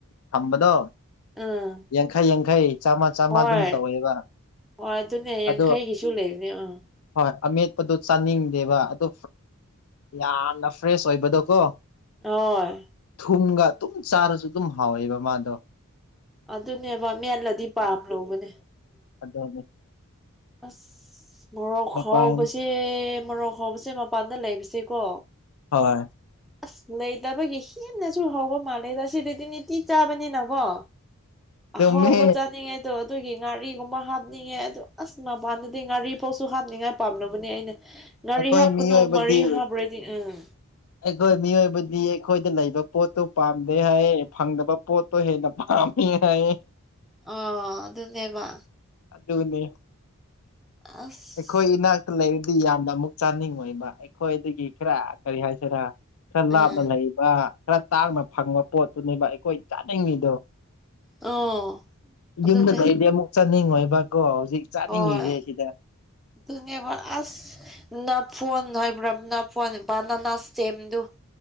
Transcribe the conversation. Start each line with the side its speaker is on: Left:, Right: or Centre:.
Left: ꯊꯝꯕꯗꯣ
Centre: ꯎꯝ
Left: ꯌꯥꯡꯈꯩ ꯌꯥꯡꯈꯩ ꯆꯥꯝꯃ ꯆꯥꯝꯃ
Centre: ꯍꯣꯏ
Left: ꯑꯗꯨꯝ ꯇꯧꯋꯦꯕ
Centre: ꯍꯣꯏ ꯑꯗꯨꯅꯦ ꯌꯥꯡꯈꯩꯒꯤꯁꯨ
Left: ꯑꯗꯣ
Centre: ꯂꯩꯕꯅꯦ ꯎꯝ
Left: ꯍꯣꯏ ꯑꯃꯦꯠꯄꯗꯣ ꯆꯥꯅꯤꯡꯗꯦꯕ ꯑꯗꯨ ꯌꯥꯝꯅ ꯐ꯭ꯔꯦꯁ ꯑꯣꯏꯕꯗꯣ ꯀꯣ
Centre: ꯍ
Left: ꯊꯨꯝꯒ ꯑꯗꯨꯝ ꯆꯥꯔꯁꯨ ꯑꯗꯨꯝ ꯍꯥꯎꯋꯦꯕ ꯃꯥꯗꯣ
Centre: ꯑꯗꯨꯅꯦꯕ ꯃꯦꯜꯂꯗꯤ ꯄꯥꯝ ꯂꯨꯧꯕꯅꯦ
Left: ꯑꯗꯨꯗꯦ
Centre: ꯑꯁ ꯃꯣꯔꯣꯛ
Left: ꯃꯄꯥꯟ
Centre: ꯍꯥꯎꯕꯁꯦ ꯃꯣꯔꯣꯛ ꯍꯥꯎꯕꯁꯦ ꯃꯄꯥꯟꯗ ꯂꯩꯕꯁꯦꯀꯣ
Left: ꯍꯣꯏ
Centre: ꯑꯁ ꯂꯩꯇꯕꯒꯤ ꯍꯦꯟꯅꯁꯨ ꯍꯥꯎꯕ ꯃꯥꯜꯂꯦꯗ ꯑꯁꯤ ꯗꯤ ꯅꯤꯇꯤ ꯆꯥꯕꯅꯤꯅꯀꯣ
Left: ꯆꯨꯝꯃꯦ
Centre: ꯍꯥꯎꯕ ꯆꯥꯅꯤꯡꯉꯦ ꯑꯣ ꯑꯗꯨꯒꯤ ꯉꯥꯔꯤꯒꯨꯝꯕ ꯍꯥꯞꯅꯤꯡꯉꯦ ꯑꯗꯨ ꯑꯁ ꯃꯄꯥꯟꯗꯗꯤ ꯉꯥꯔꯤ ꯐꯥꯎꯁꯨ ꯍꯥꯞꯅꯤꯡꯉꯥꯏ ꯄꯥꯝꯅꯕꯅꯦ ꯑꯩꯅ ꯉꯥꯔꯤ
Left: ꯑꯩꯈꯣꯏ
Centre: ꯍꯥꯞꯀꯅꯣ
Left: ꯃꯤꯑꯣꯏꯕꯗꯤ
Centre: ꯃꯔꯤ ꯍꯥꯞꯄ꯭ꯔꯗꯤ ꯎꯝ
Left: ꯑꯩꯈꯣꯏ ꯃꯤꯑꯣꯏꯕꯗꯤ ꯑꯩꯈꯣꯏꯗ ꯂꯩꯕ ꯄꯣꯠꯇꯨ ꯄꯥꯝꯗꯦ ꯍꯥꯏ ꯐꯪꯗꯕ ꯄꯣꯠ ꯍꯦꯗ ꯍꯥꯏ
Centre: ꯑꯣ ꯑꯗꯨꯅꯦꯕ
Left: ꯑꯗꯨꯗꯅꯦꯅꯤ
Centre: ꯑꯐ
Left: ꯑꯩꯈꯣꯏ ꯏꯅꯥꯛꯇ ꯂꯩꯔꯗꯤ ꯌꯥꯝꯅ ꯑꯃꯨꯛ ꯆꯥꯅꯤꯡꯉꯣꯏꯕ ꯑꯩꯈꯣꯏꯗꯒꯤ ꯈꯔ ꯀꯔꯤ ꯍꯥꯏꯁꯤꯔꯥ ꯈꯔ ꯂꯥꯞꯅ
Centre: ꯎꯝ
Left: ꯂꯩꯕ ꯈꯔ ꯇꯥꯡꯅ ꯐꯪꯕ ꯄꯣꯠꯇꯨꯅꯦꯕ ꯑꯩꯈꯣꯏ ꯆꯥꯅꯤꯡꯉꯤꯗꯣ
Centre: ꯑꯣ ꯑꯗꯨꯅꯦ
Left: ꯌꯨꯝꯗꯗꯒꯤꯩꯗꯤ ꯑꯃꯨꯛ ꯆꯥꯅꯤꯡꯉꯣꯏꯕꯀꯣ ꯍꯧꯖꯤꯛ ꯆꯥꯅꯤꯡꯉꯤꯁꯦ
Centre: ꯍꯣꯏ
Left: ꯁꯤꯗ
Centre: ꯑꯗꯨꯅꯦꯕ ꯑꯁ ꯅꯐꯣꯟ ꯍꯥꯏꯕ꯭ꯔꯥ ꯐꯣꯟ ꯕꯅꯅꯦꯝꯗꯨ